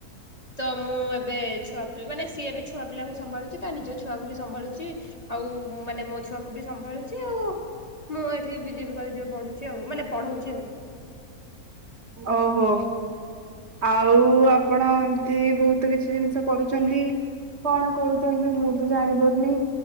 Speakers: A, on the left (about 30°); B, on the right (about 55°).
A: ତ ମୁଁ ଏବେ ଛୁଆା ମାନେ ସିଏ ବି ଛୁଆ ପିଲାଙ୍କୁ ସମ୍ଭାଳୁଛି ତା ନିଜ ଛୁଆକୁ ବି ସମ୍ଭାଳୁଛି ଆଉ ମାନେ ମୋ ଛୁଆକୁ ବି ସମ୍ଭାଳୁଛି ଆଉ। ମୁଁ ଏଠି ବିଜେପି କଲେଜରେ ପଢୁଛି ଆଉ ମାନେ ପଢଉଛି ଆଉ।
B: ଓହୋ। ଆଉ ଆପଣ ଏମିତି ବହୁତ କିଛି ଜିନିଷ କରୁଛନ୍ତି। କଣ କରୁଛନ୍ତି। ମୁଁ ତ ଜାଣି ପାରୁନି।